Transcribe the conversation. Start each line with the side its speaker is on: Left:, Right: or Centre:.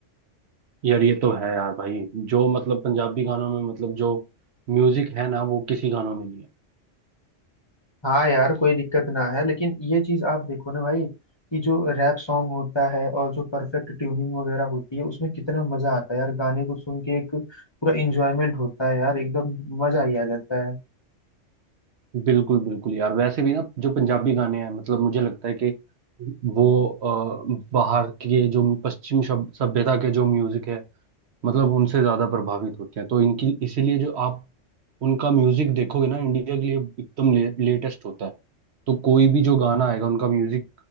Right: यार ये तो है यार भाई जो मतलब पंजाबी गानों में मतलब जो म्यूजिक है ना वो किसी गानों में नहीं है
Left: हाँ यार कोई दिक्कत ना है लेकिन ये चीज आप देखो ना भाई कि जो रैप सॉन्ग होता है और जो परफेक्ट ट्यूनिंग वगैरह होती है उसमें कितना मजा आता है यार गाने को सुन के एक पूरा इंजॉयमेंट होता है यार एकदम मजा ही आ जाता है
Right: बिल्कुल बिल्कुल यार वैसे भी ना जो पंजाबी गाने हैं मतलब मुझे लगता है कि वो अ, बाहर के जो पश्चिम शब- सभ्यता के जो म्यूजिक है मतलब उनसे ज्यादा प्रभावित होती हैं तो इनकी इसीलिए जो आप उनका म्यूजिक देखोगे ना इंडिया के लिए एकदम ले, लेटेस्ट होता है तो कोई भी जो गाना आएगा उनका म्यूजिक